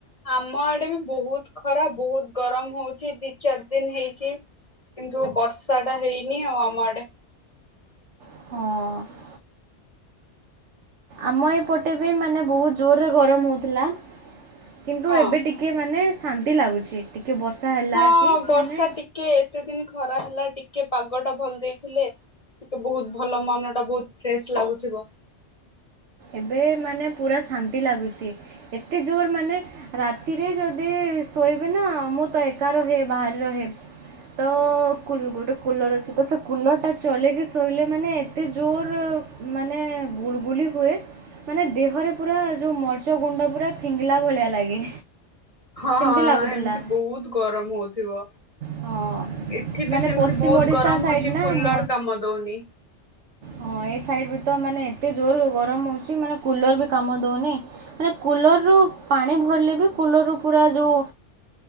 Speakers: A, on the left; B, on the right.
A: ଆମ ଆଡେ ବି ବହୁତ ଖରା ବହୁତ ଗରମ ହଉଛି ଦି ଚାରି ଦିନ ହେଇଛି କିନ୍ତୁ ବର୍ଷା ଟା ହେଇନି ଆଉ ଆମ ଆଡେ
B: ହଁ ଆମ ଏପଟେ ବି ମାନେ ବହୁତ ଜୋରରେ ଗରମ ହଉଥିଲା କିନ୍ତୁ
A: ହଁ।
B: ଏବେ ଟିକେ ଟିକେ ମାନେ ଶାନ୍ତି ଲାଗୁଛି ଟିକେ ବର୍ଷା ହେଲା
A: ହଁ
B: କି
A: ବର୍ଷା
B: ମାନେ
A: ଟିକେ ଏତେ ଦିନ ଖରା ହେଲା ଟିକେ ପାଗ ଟା ଭଲ ଦେଇଥିଲେ ଟିକେ ବହୁତ ଭଲ ମନ ଟା ବହୁତ ଫ୍ରେଶ ଲାଗୁଥିବ
B: ଏବେ ମାନେ ପୁରା ଶାନ୍ତି ଲାଗୁଛି ଏତେ ଜୋର ମାନେ ରାତିରେ ଯଦି ଶୋଇବେ ନା ମୁଁ ତ ଏକା ରହେ ବାହାରେ ରହେ ତ କୁଲ୍ ଗୋଟେ କୁଲର୍ ଅଛି ତ ସେ କୁଲର ଟା ଚଲେଇକି ଶୋଇଲେ ମାନେ ଏତେ ଜୋର ମାନେ ଗୁଳୁଗୁଳି ହୁଏ ମାନେ ଦେହରେ ପୁରା ଯୋଉ ମର୍ଚ ଗୁଣ୍ଡ ପୁରା ଫିଙ୍ଗିଲା ଭଳିଆ ଲାଗେ
A: ହଁ
B: ସେମିତି
A: ହଁ
B: ଲାଗୁଥିଲା।
A: ଏମିତି ବହୁତ ଗରମ ହଉଥିବ
B: ହଁ
A: ଏଠି
B: ମାନେ
A: ବି ସେମିତି
B: ପଶ୍ଚିମ
A: ବହୁତ
B: ଓଡ଼ିଶା
A: ଗରମ
B: ସାଇଡ଼୍
A: ହଉଛି
B: ନା
A: କୁଲର
B: ଆମ
A: କାମ ଦଉନି
B: ହଁ ଏ ସାଇଡ ବି ତ ମାନେ ଏତେ ଜୋର ଗରମ ହଉଛି ମାନେ କୁଲର ବି କାମ ଦଉନି ମାନେ କୁଲରରୁ ପାଣି ଭରିଲେ ବି କୁଲର୍ ରୁ ପୁରା ଯେଉଁ